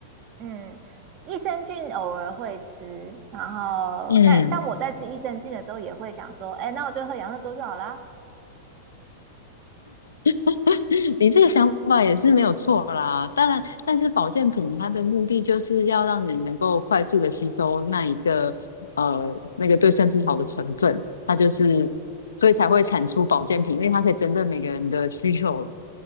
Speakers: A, on the right; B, on the left.
A: 嗯，益生菌偶尔会吃，然后但但我在吃益生菌的时候也会想说，
B: 嗯，
A: 哎，那我就喝养乐多就好啦。
B: <laughs> 你这个想法也是没有错啦。当然，但是保健品它的目的就是要让你能够快速的吸收那一个呃那个对身体好的成分，它就是所以才会产出保健品，因为它可以针对每个人的需求，